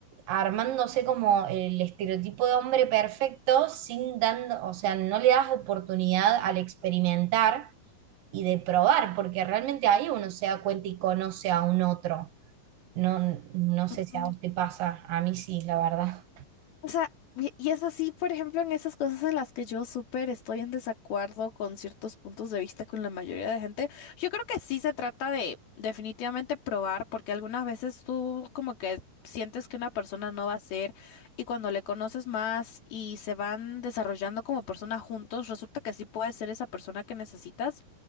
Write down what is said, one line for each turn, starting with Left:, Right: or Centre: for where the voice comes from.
Right: armándose como el estereotipo de hombre perfecto sin dando, o sea, no le das oportunidad al experimentar y de probar, porque realmente ahí uno se da cuenta y conoce a un otro. No, no sé
Left: ujú.
Right: si a vos te pasa, a mí sí, la verdad.
Left: O sea, y y es así, por ejemplo, en esas cosas en las que yo súper estoy en desacuerdo con ciertos puntos de vista con la mayoría de gente. Yo creo que sí se trata de definitivamente probar, porque algunas veces tú como que sientes que una persona no va a ser y cuando le conoces más y se van desarrollando como persona juntos, resulta que sí puede ser esa persona que necesitas.